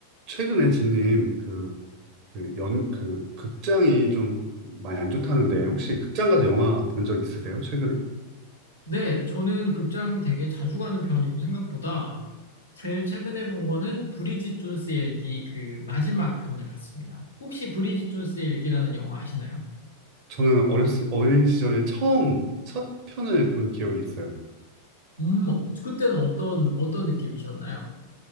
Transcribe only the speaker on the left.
네, 저는 극장 되게 자주 가는 편이고 생각보다 제일 최근에 본 거는 브리짓 존스의 일기 그 마지막 편을 봤습니다. 혹시 브리짓 존스의 일기라는 영화 아시나요?
음, 어, 그때는 어떤 어떤 느낌이셨나요?